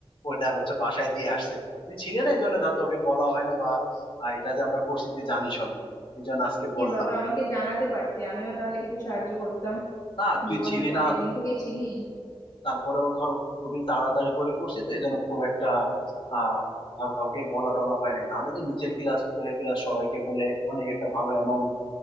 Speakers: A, on the left; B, on the left.
A: ওটা আর হচ্ছে বাসায় দিয়ে আসছে তুই ছিলি না এই জন্য ধর তোকে বলা হয় না বা আহ, এটা যে আমরা করছি তুই জানিস না এই জন্য আজকে বললাম
B: এ বাবা আমাকে জানাতে পারতি আমিও তাহলে কিছু সাহায্য করতাম
A: না তুই
B: জীবনকে
A: ছিলি
B: তো
A: না
B: অনেক দিন থেকেই চিনি
A: তারপরেও ধর খুবই তাড়াতাড়ি করে করছি তো এই জন্য খুব একটা আহ ধর কাউকে বলা টলা হয় না নাহলে তো নিচের ক্লাস উপরের ক্লাস সবাইকে বলে অনেক একটা ভালো অ্যামাউন্ট